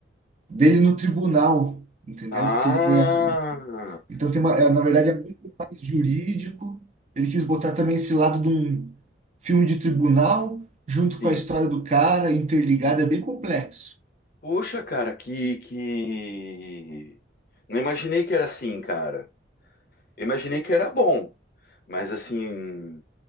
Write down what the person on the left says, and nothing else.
Ah,
sim.
Poxa, cara, que, que... Não imaginei que era assim, cara. Eu imaginei que era bom, mas assim...